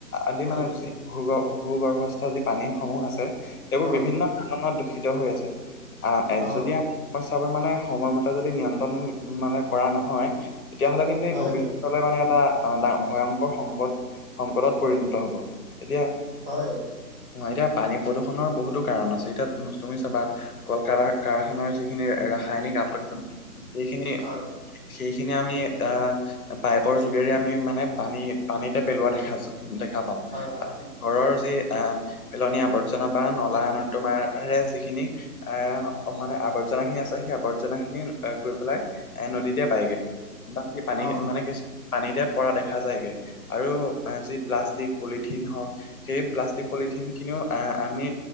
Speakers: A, on the left; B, on the right.
A: আদি
B: উম,
A: মানে যি ভূগ ভূ গৰ্ভস্থ যি পানীসমূহ আছে, সেইবোৰ
B: অ',
A: বিভিন্ন কাননত দূষিত হৈ আছে। আহ, এহ
B: অ',
A: মই চাব মানে, সময়মতে যদি নিয়ন্ত্ৰণ মানে কৰা নহয় তেতিয়াহলে কিন্তু এই
B: হয়,
A: ভৱিষ্যলৈ
B: হয়,
A: মানে এটা আহ, ডাঙৰ ভয়ংকৰ সংকট সংকটত পৰিণত হব। এতিয়া
B: হয়।
A: অ এতিয়া পানী প্ৰদূষণৰ বহুতো কাৰণ আছে, এতিয়া তুমি চাবা কলকাৰা কাৰখানাৰ যিখিনি ৰাসায়নিক আৱৰ্জনা সেইখিনি
B: হয়।
A: সেইখিনি আমি আহ, পাইপৰ যোগেৰে আমি মানে পানী পানীতে পেলোৱা দেখা যায়। দেখা পাওঁ।
B: হয়, হয়, হয়,
A: ঘৰৰ যি আহ, পেলনীয়া আৱৰ্জনা বা নলা নৰ্দমাৰে যিখিনি এহ মানে আৱৰ্জনা খিনি আছে। সেই আৱৰ্জনা খিনি গৈ পেলাই এহ নদীতে পায়গে বা সেই পানী
B: অ',
A: মানে কিছুমান পানীতে পৰা দেখা যায়গে। আৰু যি প্লাষ্টিক পলিথিন হওক সেই প্লাষ্টিক পলিথিন খিনিও, আহ আমি